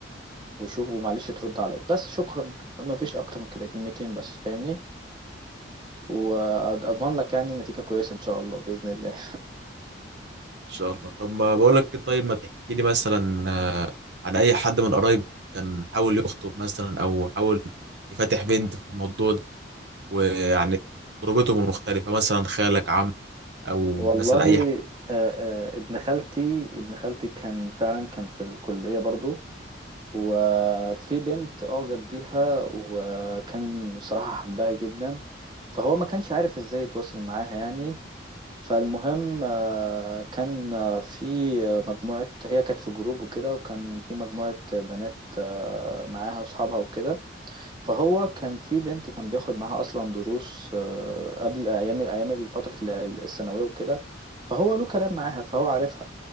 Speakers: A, on the right; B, on the right.
A: وشوف ومعلش ترد عليا بس شكرا ما فيش اكتر من كده كلمتين بس فاهمني واضمن لك يعني نتيجة كويسة ان شاء الله بإذن الله
B: ان شاء الله طب ما بقول لك ايه طيب ما تحكي لي مثلا آه، عن اي حد من قرايبك كان حاول يخطب مثلا او حاول يفتح بنت في الموضوع ده ويعني تجربته من مختلفه مثلا خالك عم
A: <laughs>
B: او
A: والله
B: مثلا اي حد
A: آه، آه، ابن خالتي ابن خالتي كان فعلا كان في الكلية برضو وفي بنت أعجب بيها وكان صراحة حبها جدا فهو ما كانش عارف ازاي يتواصل معاها يعني فالمهم آه، كان آه، في آه، مجموعة هي كانت في جروب وكده وكان في مجموعة بنات آه، معاها وأصحابها وكده فهو كان في بنت كان بياخد معاها أصلا دروس آه، قبل أيام أيام فترة ال- الثانوية وكده فهو له كلام معاها فهو عارفها